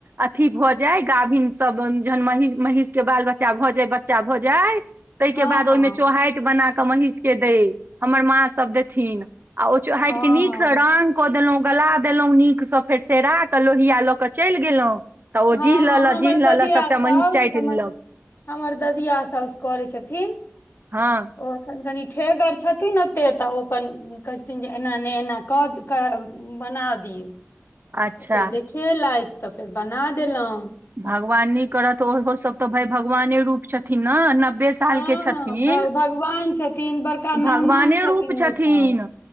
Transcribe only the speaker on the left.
हँ
हँ
हँ
हँ
हँ
हँ हमर
ददिया
साउस
हमर
हमर ददिया साउस करै छथिन
ओ एखन कनि ठेहगर आर छथिन ओते तऽ ओ अपन कहै छथिन जे एना नहि एना कऽ क बना दिय तऽ
फेर देखेलथि तऽ फेर बना देलहुँ
हँ
हँ भगवान छथिन बड़का मेहमान
छथिन
ओ सब